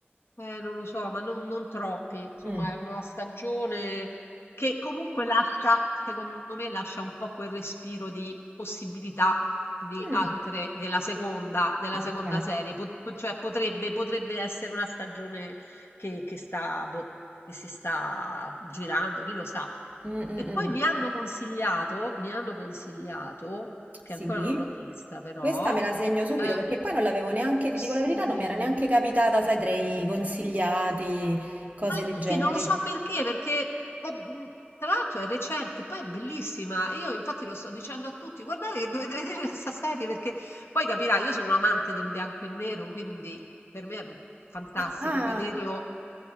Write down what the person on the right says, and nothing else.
Mm.
Mm.
Ok.
Mm, mm,
mm.
Sì,
questa me la segno subito
perché poi non l'avevo neanche, ti
dico la verità, non mi era neanche capitata, sai, tra i consigliati, cose
del genere.
Ah, ah,